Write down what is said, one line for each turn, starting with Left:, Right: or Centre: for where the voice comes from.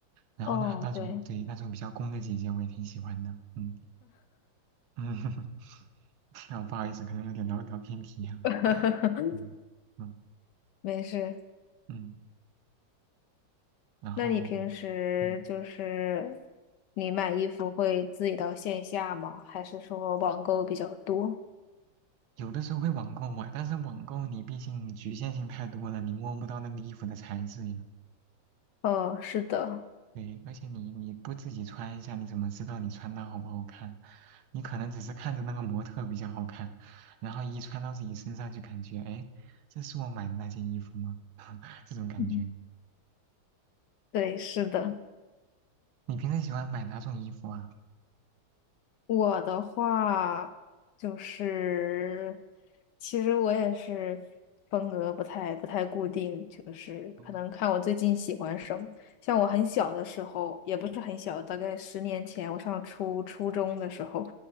Right: 然后呢，
Left: 哦，
Right: 那种对那种比较攻的姐姐我也挺喜欢的，
Left: 对，
Right: 嗯嗯，<laughs> 啊不好意思，可能有点聊聊偏题了，
Left: <laughs>
Right: 嗯嗯
Left: 没事。
Right: 嗯，然后
Left: 那你平时就是
Right: 嗯
Left: 你买衣服会自己到线下吗？还是说网购比较多？
Right: 有的时候会网购嘛，但是网购你毕竟局限性太多了，你摸不到那个衣服的材质呀。
Left: 呃，是的，
Right: 对，而且你你不自己穿一下，你怎么知道你穿搭好不好看？你可能只是看着那个模特比较好看，然后一穿到自己身上就感觉，哎，这是我买的那件衣服吗？<laughs> 这种感觉。
Left: 嗯对，是的。
Right: 你平时喜欢买哪种衣服啊？
Left: 我的话就是，其实我也是风格不太不太固定，就是可能看我最近喜欢什么。
Right: 嗯
Left: 像我很小的时候，也不是很小，大概十年前，我上初初中的时候，